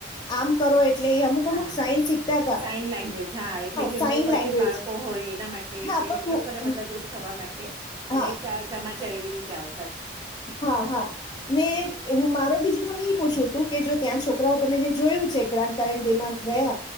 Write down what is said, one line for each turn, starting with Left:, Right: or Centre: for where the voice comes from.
Left: આમ કરો એટલે એ અમુક
Right: હા
Left: અમુક સાઈન શીખતા હતા
Right: સાઈન લેંગ્વેજ હા એટલે જે
Left: સાઈન
Right: મૂખ બધીર
Left: લેંગ્વેજ
Right: બાળકો હોય એના માટે
Left: હા
Right: એ
Left: પણ હું
Right: લોકોને મદદરૂપ થવા માટે
Left: હા
Right: અને સમાચાર એવી રીતે આવતો
Left: હા હા ને
Right: હમ
Left: હું મારો બીજું તો નહી પૂછું તું કે જો ત્યાં છોક છોકરાઓ તમે જે જોયું છે ગ્રાન્ડ પેરેેમાં ગયા